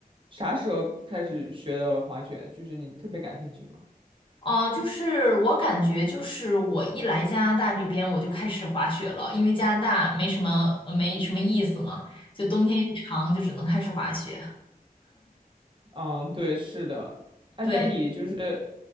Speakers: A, on the right; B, on the left.
A: 啥时候开始学的滑雪？就是你特别感兴趣吗？
B: 嗯、呃就是我感觉，就是我一来加拿大这边，我就开始滑雪了，因为加拿大没什么呃没什么意思嘛，就冬天又长，就只能开始滑雪。
A: 嗯，对，是的。哎，
B: 对。
A: 那你就是